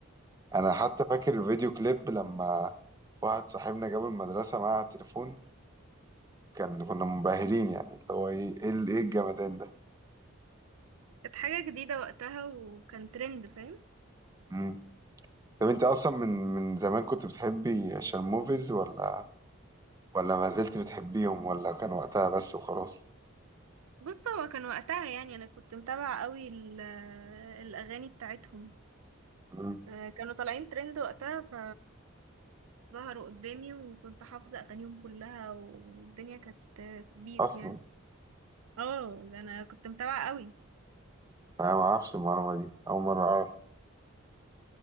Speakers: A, on the right; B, on the right.
A: أنا حتى فاكر الفيديو كليب لما واحد صاحبنا جابه المدرسة معاه على التليفون كان كنا منبهرين يعني اللي هو ايه ايه ال- إيه الجمدان ده
B: كانت حاجة جديدة وقتها وكان ترند فاهم
A: مم. طب انت اصلا من من زمان كنت بتحبي شرموفيز ولا ولا ما زلت بتحبيهم ولا كان وقتها بس وخلاص
B: بص هو كان وقتها يعني أنا كنت متابعة قوي ال- الأغاني بتاعتهم
A: مم.
B: آه كانوا طالعين ترند وقتها ف ظهروا قدامي وكنت حافظة أغانيهم كلها والدنيا كانت بيس
A: اصلا
B: يعني اه ده أنا كنت متابعة قوي
A: انا ما اعرفش المعلومه دي اول مره اعرف